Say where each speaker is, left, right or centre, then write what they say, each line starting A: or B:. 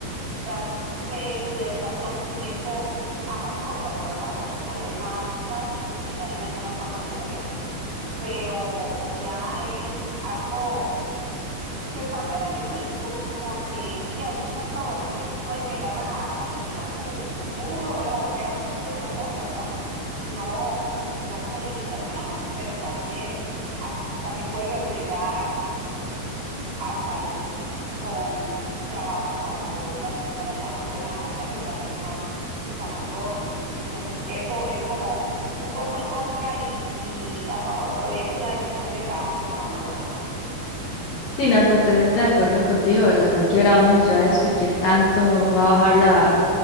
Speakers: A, on the right (about 50°); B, on the left (about 65°).
A: darse su dedicación, su tiempo a mascotas, ¿verdad? Porque lo ven más fácil y se encariñan de una forma diferente. Pero ya es algo que en parte beneficia porque bien, hay muchas adolescentes pueden llegar a, a terminar su futuro, bueno, o crear un futuro mejor, ¿verdad? No, no con limitaciones, pero también, a fu- también puede perjudicar al país con trabajos cuando las personas ya no puedan hacerlo, la gente man- está mayor o y entonces eso es como un poco en contra y, y a favor, pero es una decisión de cada ser humano, ¿verdad?
B: Sí, no, totalmente de acuerdo contigo, ¿verdad? Hay que ver a dónde nos lleva esto y qué tanto va a bajar la,